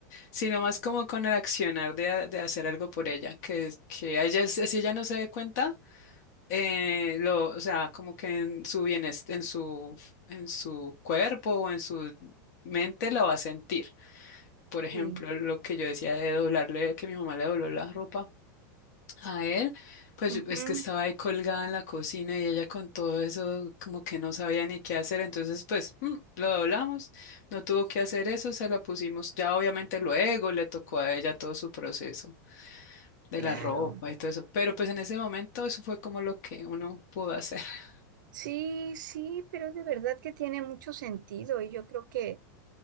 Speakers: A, on the left (about 60°); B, on the right (about 80°).
A: sino más como con el accionar de, a- de hacer algo por ella, que, que a ella, si si ella no se dé cuenta, eh, lo, o sea, como que en su bienestar, en su, en su cuerpo o en su mente lo va a sentir por ejemplo,
B: Sí.
A: lo que yo decía de doblarle, que mi mamá le dobló la ropa a él, pues
B: Ujú,
A: yo- es que estaba ahí colgada en la cocina y ella con todo eso como que no sabía ni qué hacer, entonces pues mm, lo doblamos, no tuvo que hacer eso, se la pusimos, ya obviamente luego le tocó a ella todo su proceso de
B: claro.
A: la ropa y todo eso, pero pues en ese momento eso fue como lo que uno pudo hacer. <laughs>
B: Sí, sí, pero de verdad que tiene mucho sentido y yo creo que,